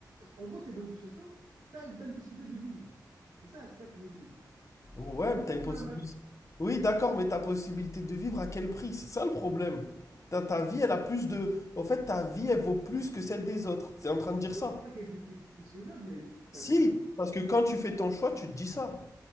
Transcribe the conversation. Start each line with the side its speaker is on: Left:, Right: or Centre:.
Right: En gros, tu es dans une situation, tu as, une possibilité de vivre. C'est ça, c'est ça que je me dis.
Left: Ouais,
Right: Je dis
Left: t'as
Right: pas
Left: une
Right: que
Left: possibilité.
Right: ma, ma-
Left: Oui, d'accord, mais ta possibilité de vivre à quel prix? C'est ça le problème. Ta, ta vie, elle a plus de. En fait, ta vie, elle vaut plus que celle des autres. T'es en train de dire ça.
Right: c'est pas qu'elle vit plus que les autres, mais tu
Left: Si,
Right: as,
Left: parce que quand tu fais ton choix, tu te dis ça.